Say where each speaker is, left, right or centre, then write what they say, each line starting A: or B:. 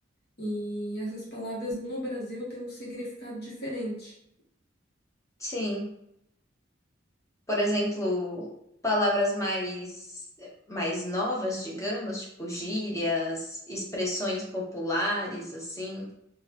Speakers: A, on the left; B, on the left.
A: e essas palavras no Brasil têm um significado diferente.
B: Sim. por exemplo, palavras mais, mais novas, digamos, tipo gírias, expressões populares, assim.